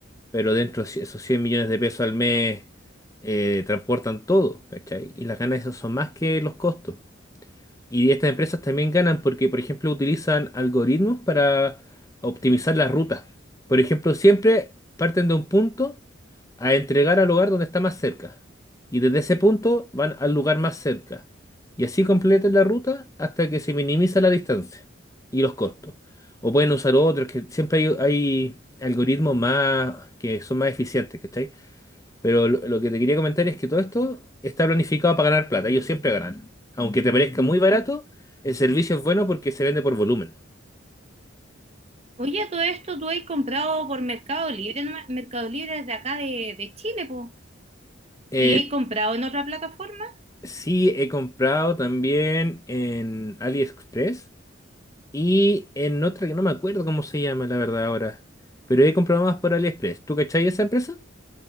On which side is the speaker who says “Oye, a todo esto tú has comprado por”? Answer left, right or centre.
Right